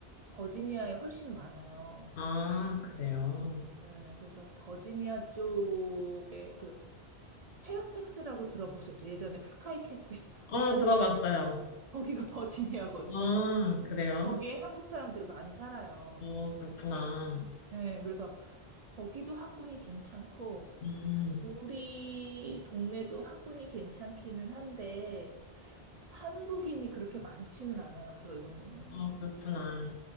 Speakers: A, on the right; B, on the left.
A: 버지니아에 훨씬 많아요.
B: 아, 그래요.
A: 네, 그래서 버지니아 쪽에 그 페어팩스라고 들어보셨죠? 예전에 스카이캐슬이라고
B: 어, 들어봤어요.
A: <laughs> 거기가 버지니아거든요.
B: 아, 그래요?
A: 거기에 한국 사람들이 많이 살아요.
B: 어, 그렇구나.
A: 네, 그래서 거기도 학군이 괜찮고,
B: 음,
A: 우리 동네도 학군이 괜찮기는 한데, 한국인이 그렇게 많지는 않아요, 저희 동네는.
B: 아, 그렇구나.